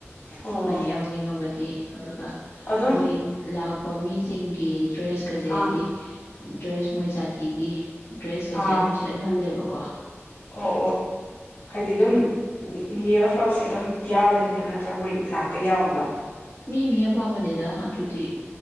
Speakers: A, on the left; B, on the left.
A: ꯑꯣ
B: ꯃꯣꯏꯅ ꯌꯥꯎꯅꯤꯡꯉꯕꯗꯤ ꯑꯗꯨꯒ
A: ꯑꯗꯨꯝ
B: ꯃꯣꯏ ꯂꯥꯛꯄ ꯃꯤꯁꯤꯡꯒꯤ ꯗ꯭ꯔꯦꯁꯀꯁꯦ
A: ꯑꯥ
B: ꯍꯥꯏꯗꯤ ꯗ꯭ꯔꯦꯁ ꯃꯣꯏ ꯆꯥꯇꯤꯒꯤ ꯗ꯭ꯔꯦꯁꯀꯁꯦ
A: ꯑꯥ
B: ꯑꯗꯨꯝ ꯁꯦꯠꯍꯜꯂꯦꯕꯀꯣ
A: ꯑꯣ ꯑꯣ ꯍꯥꯏꯗꯤ ꯑꯗꯨꯝ ꯅ꯭ꯌꯨ ꯌꯌꯥꯔ ꯐꯥꯎꯁꯦ ꯑꯗꯨꯝ ꯌꯥꯎꯔꯗꯣꯏꯅꯦꯕ ꯅꯠꯇ꯭ꯔꯥ ꯃꯣꯏ ꯂꯥꯛꯄ ꯌꯥꯎꯕꯗꯣ
B: ꯃꯤ ꯃꯤ ꯑꯄꯥꯝꯕꯅꯦꯗ ꯑꯗꯨꯗꯤ